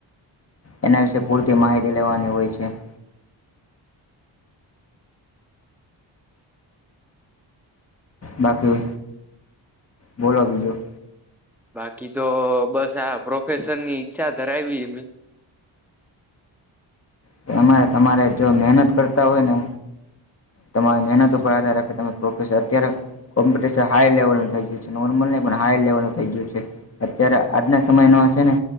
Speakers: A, on the left; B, in the centre.
A: એના વિશે પૂરતી માહિતી લેવાની હોય છે. <inaudible> બાકી બોલો બીજું.
B: બાકી તો બસ આ પ્રોફેશનની ઈચ્છા ધરાવી એ.
A: તમારે તમારે જો મહેનત કરતા હોય ને તમારી મહેનત ઉપર આધાર રાખે તમે પ્રોફેસ અત્યારે કોમ્પિટશન હાઈ લેવલ થઈ ગયું છે નોર્મલ નહીં. પણ હાઈ લેવલનું થઈ ગયું છે અત્યારે આજના સમયનો છે ને